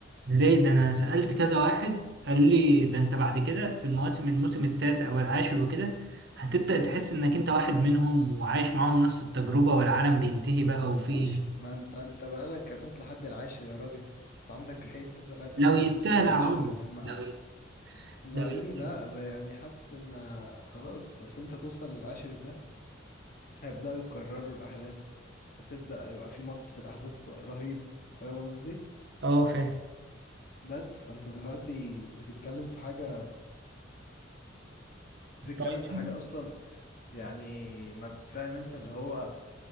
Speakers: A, on the right; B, on the left.
A: ليه ده انا سألت كذا واحد قال لي ده انت بعد كده في المواسم الموسم التاسع والعاشر وكده هتبدأ تحس انك انت واحد منهم وعايش معاهم نفس التجربة والعالم بينتهي بقى وفي
B: ماشي ما انت انت بقالك هتقعد لحد العاشر يا راجل انت عندك حيل تفضل قاعد لحد
A: لو يستاهل
B: الموسم العاشر
A: اقعد له
B: مع
A: لو ي...
B: وبعدين
A: لو يستاهل
B: لا ب- يعني حاسس ان خلاص اصل انت توصل للعاشر ده هيبدأوا يكرروا الأحداث هتبدأ يبقى في مط في الأحداث ط- رهيب فاهم قصدي
A: اه فاهم
B: بس فانت دلوقتي بتتكلم في حاجة بتتكلم
A: طيب
B: في حاجة أصلا يعني ما فاهم انت اللي هو